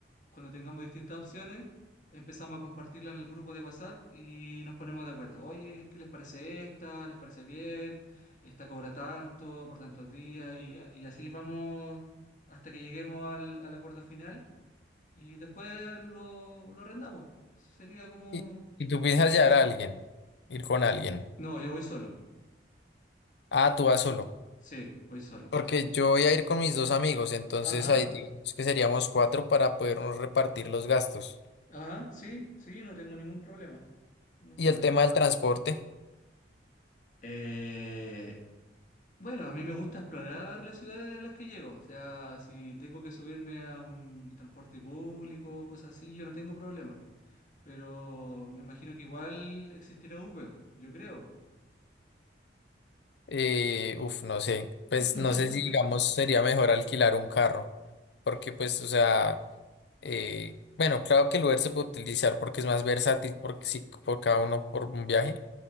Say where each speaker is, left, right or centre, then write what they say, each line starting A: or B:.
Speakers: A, on the left; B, on the left.
A: Cuando tengamos distintas opciones, empezamos a compartirla en el grupo de WhatsApp y nos ponemos de acuerdo. Oye, ¿qué les parece esta? ¿Les parece bien? Esta cobra tanto por tantos días y, y así vamos hasta que lleguemos al al acuerdo final y después lo, lo arrendamos. Sería como,
B: y, y tú piensas
A: como el
B: llevar
A: paso.
B: a alguien, ir con alguien.
A: No, yo voy solo.
B: Ah, tú vas solo.
A: Sí, voy solo.
B: Porque yo voy a ir con mis dos amigos, entonces
A: Ajá,
B: ahí digamos que seríamos cuatro para podernos repartir los gastos.
A: ajá, sí, sí, no tengo ningún problema. Ningún
B: Y
A: problema.
B: el tema del transporte.
A: Eh, bueno, a mí me gusta explorar las ciudades a las que llego. O sea, si tengo que subirme a un transporte público, cosas así, yo no tengo problema. Pero me imagino que igual existirá Uber, yo creo.
B: Eh, uf, no sé, pues
A: <laughs>
B: no sé si digamos sería mejor alquilar un carro, porque pues, o sea, eh, bueno, claro que el Uber se puede utilizar porque es más versátil porque sí, por cada uno por un viaje,